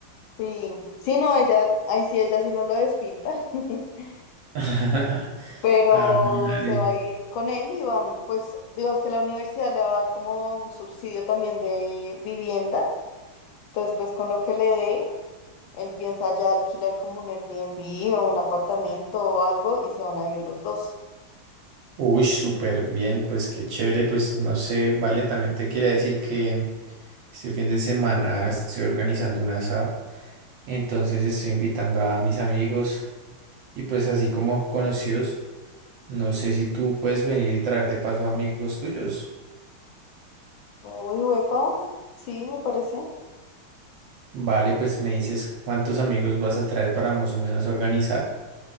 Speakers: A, on the left; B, on the right.
A: Sí, sí, no, ella, ahí sí, ella sí no lo despinta, <laughs>
B: <laughs>
A: pero
B: Ah, vale.
A: se va a ir con él y van, pues, digamos que la universidad le va a dar como un subsidio también de vivienda. Entonces, pues con lo que le dé, él piensa ya alquilar como un Airbnb o un apartamento o algo y se van a vivir los dos.
B: Uy, súper bien, pues qué chévere, pues no sé, vale, también te quería decir que este fin de semana estoy organizando un asado, entonces estoy invitando a mis amigos y pues así como conocidos. No sé si tú puedes venir y traer de paso amigos tuyos.
A: Uy, huepa, sí, me parece.
B: Vale, pues me dices cuántos amigos vas a traer para más o menos organizar